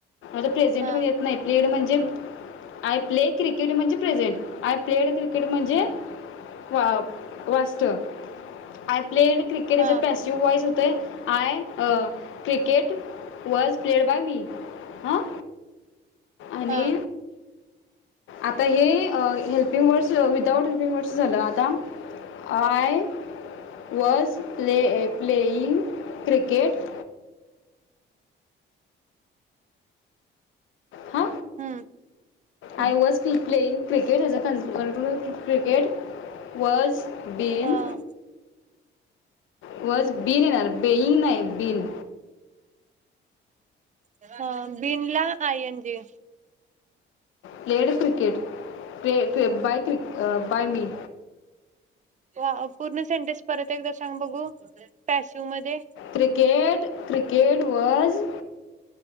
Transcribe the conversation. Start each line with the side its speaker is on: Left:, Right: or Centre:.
Left: आ प्रेझेंटमध्ये
Right: ह
Left: येत नाही प्लेड म्हणजे आय प्ले क्रिके कीड म्हणजे प्रेझंट आय प्लेड क्रिकेट म्हणजे वाचत आय प्लेड क्रिकेट
Right: ह
Left: ए पॅसिव्ह वॉइस होतय. I cricket was played by me हां. आणि
Right: ह
Left: आता हे हेल्पिंग वर्ड्स विदाउट वर्डस झालं आता I was play playing cricket हा
Right: हम्म हम्म
Left: आय वॉज की playing? Cricket is a consumer cricket was been
Right: ह
Left: वाॅच बीन येणार बेईंग नाही बीन
Right: <unintelligible> हा बिनला आयनजी
Left: प्लेड क्रिकेट प्लेड बाय क्र बाय मी
Right: पूर्ण सेंटेस परत एकदा सांग बघू पॅसिव मध्ये
Left: क्रिकेट क्रिकेट वाज